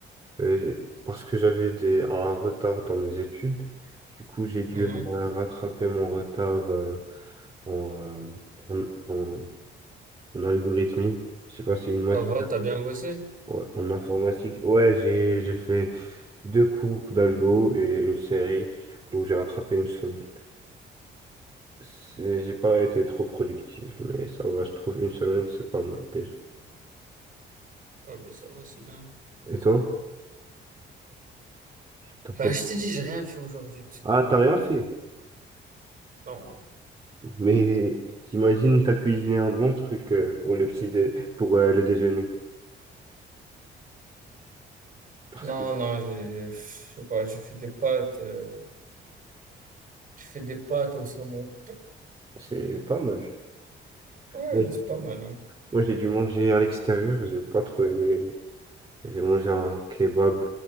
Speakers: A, on the right (about 25°); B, on the right (about 45°).
A: euh, j'ai- parce que j'avais des, un retard dans mes études. Du coup, j'ai dû
B: Mhm.
A: euh, rattraper mon retard euh, en, euh, en, en, en algorithmie. Je sais pas, c'est une matière
B: Ça va, t'as bien bossé?
A: ouais, en informatique. Ouais, j'ai, j'ai fait deux cours d'algo et une série où j'ai rattrapé une semaine. C'est- J'ai pas été trop productif, mais ça va, je trouve une semaine, c'est pas mal déjà.
B: Ouais, bah ça va, c'est bien.
A: Et toi? T'as pas-
B: Bah, je t'ai dit, j'ai rien fait aujourd'hui parce que...
A: Ah, t'as rien
B: Ah.
A: fait.
B: Non.
A: Mais j'imagine t'as cuisiné un bon truc euh, pour le petit dé- pour euh, le déjeuner. Parce
B: Non,
A: que
B: non, j'ai- je sais pas, je fais des pâtes, euh, je fais des pâtes au saumon.
A: c'est pas mal.
B: Ouais,
A: Moi, j'ai
B: c'est pas mal,
A: moi, j'ai dû manger à l'extérieur, j'ai pas trop aimé. J'ai mangé un kebab,